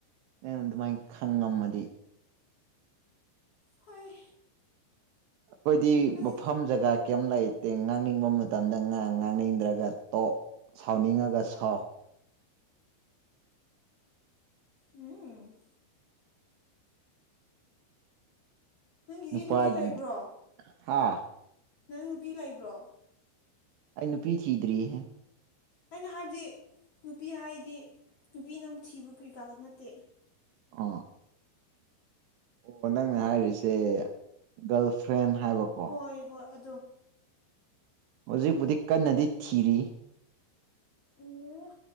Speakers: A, on the right (about 75°); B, on the left (about 40°).
A: ꯅ ꯑꯗꯨꯃꯥꯏꯅ ꯈꯪꯉꯝꯃꯗꯤ
B: ꯍꯣꯏ
A: ꯑꯩꯈꯣꯏꯗꯤ
B: ꯅꯪ
A: ꯃꯐꯝ ꯖꯒꯥ ꯀꯩꯝ ꯂꯩꯇꯦ ꯉꯥꯡꯅꯤꯡꯕ ꯃꯇꯝꯗ ꯉ ꯉꯥꯡꯅꯤꯡꯗ꯭ꯔꯒ ꯇꯣꯛ ꯁꯥꯎꯅꯤꯡꯉꯒ ꯁꯥꯎ
B: ꯎꯝ ꯅꯪꯒꯤꯗꯤ
A: ꯅꯨꯄꯥꯒꯤꯗꯤ
B: ꯅꯨꯄꯤ ꯂꯩꯕ꯭ꯔꯣ
A: ꯍꯥ
B: ꯅꯪ ꯅꯨꯄꯤ ꯂꯩꯕ꯭ꯔꯣ
A: ꯑꯩ ꯅꯨꯄꯤ ꯊꯤꯗ꯭ꯔꯤꯍꯦ
B: ꯑꯩꯅ ꯍꯥꯏꯕꯗꯤ ꯅꯨꯄꯤ ꯍꯥꯏꯗꯤ ꯅꯨꯄꯤꯅ ꯑꯃꯨꯛ ꯊꯤꯕ ꯀꯔꯤꯀꯥ ꯅꯠꯇꯦ
A: ꯑꯣ ꯑꯣ ꯅꯪꯅ ꯍꯥꯏꯔꯤꯁꯦ ꯒꯥꯔꯜ ꯐ꯭ꯔꯦꯟ ꯍꯥꯏꯕꯀꯣ
B: ꯍꯣꯏ ꯍꯣꯏ ꯑꯗꯣꯝ
A: ꯍꯧꯖꯤꯛꯄꯨꯗꯤ ꯀꯟꯅꯗꯤ ꯊꯤꯔꯤ
B: ꯑꯦ